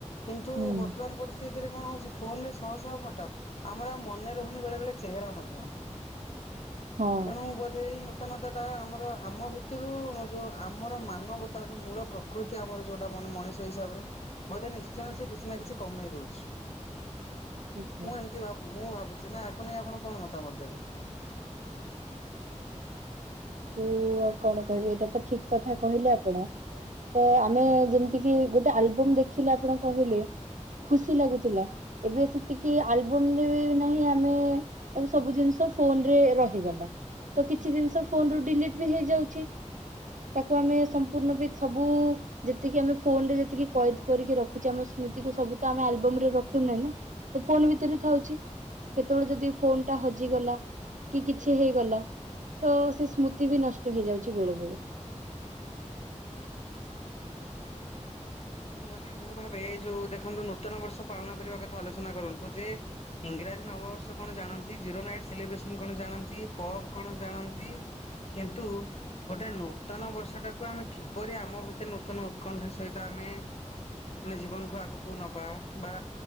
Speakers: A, on the left; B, on the right.
A: ତୁ
B: ହୁଁ
A: ବର୍ତ୍ତମାନ ପରିସ୍ ସେଇଥିରେ କଣ ହଉଛି ଫୋନ୍ ରେ ଶହ ଶହ ଫଟୋ। ଆମର ଆଉ ମନେ ରହୁନି ବେଳେ ବେଳେ ଚେହେରା ମଧ୍ୟ।
B: ହଁ।
A: ତେଣୁ ବୋଧେ ଏଇ ନୂ ତନତା ଟା ଆମର ଆମ ଭିତରୁ ମୁଁ ଯୋଉ ଆମର ମାନବତା ଯୋଉ ମୂଳ ପ୍ର କୃତି ଆମର ଯୋଉଟା ମନ ମଣିଷ ହିସାବରେ ବୋଧେ ନିଶ୍ଚୟ ସେ କିଛି ନା କିଛି କମେଇ ଦଉଛି।
B: ଠିକ ଭାଇ।
A: ମୁଁ ଏ ଚି ଭାବୁ ମୁଁ ଭାବୁଛି ନା ଆକୁ ନେଇ ଆପଣ କଣ ମତାମତ ଦେବେ?
B: କୁ ଆଉ କଣ କହିବି ଏଇଟା ତ ଠିକ କଥା କହିଲେ ଆପଣ। ତ ଆମେ ଯେମିତି କିି ଗୋଟେ ଆଲବମ୍ ଦେଖିଲେ ଆପଣ କହିଲେ। ଖୁସି ଲାଗୁଥିଲା। ଏବେ ସେତିକି ଆଲବମ୍ ରେ ନାହିଁ ଆମେ ଏବେ ସବୁ ଜିନିଷ ଫୋନ୍ ରେ ରହିଗଲା। ତ କିଛି ଜିନିଷ ଫୋନ୍ ରୁ ଡିଲିଟ୍ ବି ହେଇଯାଉଛି ତାକୁ ଆମେ ସମ୍ପୂର୍ଣ୍ଣ ବି ସବୁ ଯେତିକି ଆମେ ଫୋନ୍ ରେ ଯେତିକି କଏଦ କରିକି ରଖୁଛେ ଆମ ସ୍ମୃତିକୁୁ ସବୁ ତ ଆମେ ଆଲବମ୍ ରେ ରଖିନେ ନା? ସେ ଫୋନ୍ ଭିତରେ ଥାଉଛି। କେତେବେଳେ ଯଦି ଫୋନ୍ ଟା ହଜିଗଲା କି କିଛି ହେଇଗଲା ତ ସେ ସ୍ମୃତି ବି ନଷ୍ଟ ହେଇଯାଉଛି ବେଳେ ବେଳେ।
A: ମୁଁ ମାନେ ମୁଁ ଭାବେ ଏଇ ଯୋଉ ଦେଖନ୍ତୁ ନୂତନ ବର୍ଷ ପାଳନ କରିବା କଥା ଆଲୋଚନା କରନ୍ତୁ ଯେ ଇଂରାଜୀ ନବବର୍ଷ କଣ ଜାଣନ୍ତି? ଜିରୋ ନାଇଟ୍ ସେଲିବ୍ରେସନ୍ କଣ ଜାଣନ୍ତି? ପପ୍ କଣ ଜାଣନ୍ତି? କିନ୍ତୁ ଗୋଟେ ନୂତନ ବର୍ଷ ଟାକୁ ଆମେ କି ପରି ଆମ ଭିତରେ ନୂତନ ଉତ୍କଣ୍ଠା ସହିତ ଆମେ ମାନେ ଜୀବନକୁ ଆଗ କୁ ନବା, ବା